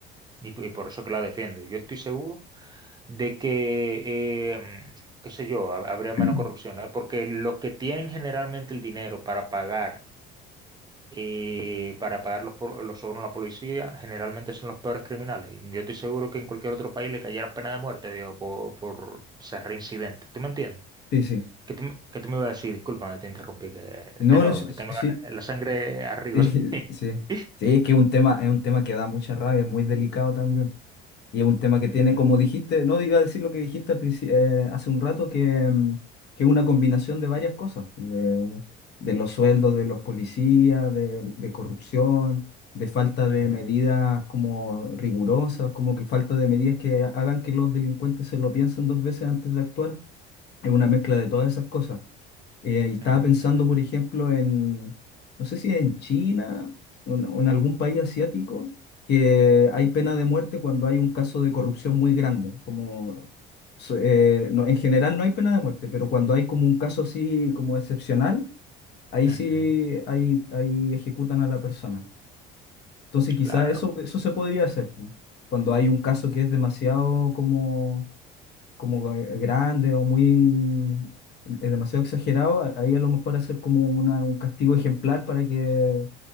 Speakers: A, on the right; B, on the left.
A: y, p- y por eso que la defiendo, yo estoy seguro de que, eh, qué sé yo, ha- habría menos
B: <clears throat>
A: corrupción, ¿eh? Porque los que tienen generalmente el dinero para pagar, eh, para pagar los, por- los sobornos a la policía, generalmente son los peores criminales. Yo estoy seguro que en cualquier otro país le cayera pena de muerte, digo, por, por ser reincidente. ¿Tú me entiendes?
B: sí, sí.
A: que tú, que tú me ibas a decir? Discúlpame, te interrumpí que,
B: No,
A: de nuevo,
B: no, sí,
A: que tengo
B: sí,
A: la, la sangre arriba.
B: Sí,
A: <laughs>
B: sí, Sí, es que es un tema, es un tema que da mucha rabia, es muy delicado también. Y es un tema
A: Ujú,
B: que tiene, como dijiste, no iba a decir lo que dijiste al princi- eh, hace un rato, que, mm, que es una combinación de varias cosas, de, de los sueldos de los policías, de, de corrupción, de falta de
A: ujú,
B: medidas como rigurosas, como que falta de medidas que hagan que los delincuentes se lo piensen dos veces antes de actuar. Es una mezcla de todas esas cosas. Eh, y estaba
A: ujú, ujú,
B: pensando,
A: ujú,
B: por ejemplo, en, no sé si en China o en, o en algún país asiático, que hay pena de muerte cuando hay un caso de corrupción muy grande. Como, so- eh, no, en general no hay pena de muerte, pero cuando hay como un caso así como excepcional, ahí
A: ujú.
B: sí ahí, ahí ejecutan a la persona. Entonces quizás
A: Claro.
B: eso, eso se podría hacer. pu, Cuando hay un caso que es demasiado como como eh, grande o muy eh, demasiado exagerado, a- ahí a lo mejor hacer como una, un castigo ejemplar para que,